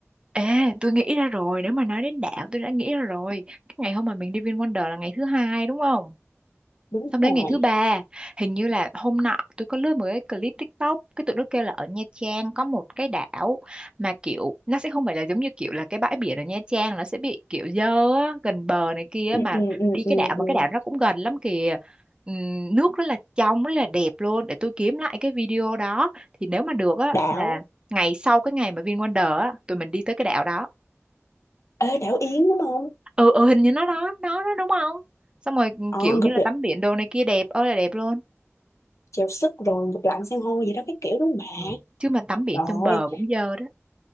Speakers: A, on the right; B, on the left.
A: ê tôi nghĩ ra rồi nếu mà nói đến đảo tôi đã nghĩ ra rồi cái ngày hôm mà mình đi VinWonder là ngày thứ hai đúng không
B: đúng
A: xong đến
B: rồi
A: ngày thứ ba hình như là hôm nọ tôi có lướt một cái clip TikTok cái tụi nó kêu là ở Nha Trang có một cái đảo mà kiểu nó sẽ không phải là giống như kiểu là cái bãi biển ở Nha Trang nó sẽ bị kiểu dơ á, gần bờ này kia
B: ừ,
A: mà
B: ừ, ừ,
A: đi cái
B: ừ,
A: đảo
B: ừ.
A: mà cái đảo nó cũng gần lắm kìa Ừm, nước rất là trong rất là đẹp luôn để tôi kiếm lại cái video đó thì nếu mà được á
B: đảo
A: là ngày sau cái ngày mà VinWonder á tụi mình đi tới cái đảo đó
B: Ê, đảo Yến đúng không?
A: ừ ừ hình như nó đó nó đó đúng không xong rồi
B: ờ
A: kiểu như
B: ngụp
A: là
B: được
A: tắm biển đồ này kia đẹp ơi là đẹp luôn
B: chèo súp rồi ngụp lặn san hô gì đó cái kiểu đúng không
A: ừ. chứ mà tắm biển
B: bà rồi
A: trong bờ cũng dơ đó